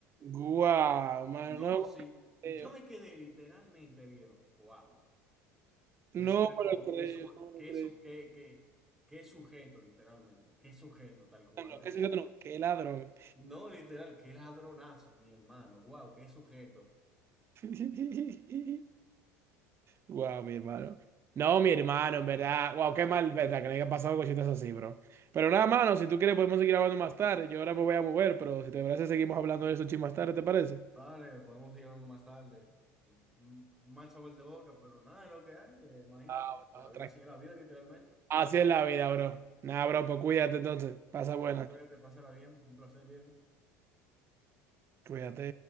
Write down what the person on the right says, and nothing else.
Guau, mano,
no me lo
creo.
No
me lo creo,
no me
lo creo.
No, no,
qué sé yo, no. Qué ladrón.
<laughs> Wow, mi hermano. No, mi hermano, en verdad. Wow, qué mal, verdad, que le haya pasado cositas así, bro. Pero nada, mano, si tú quieres podemos seguir hablando más tarde. Yo ahora me voy a mover, pero si te parece, seguimos hablando de eso chin más tarde, ¿te parece?
Ah,
bueno,
tranqui.
Así es la vida, bro. Nada, bro, pues cuídate entonces. Pasa
buena.
Cuídate.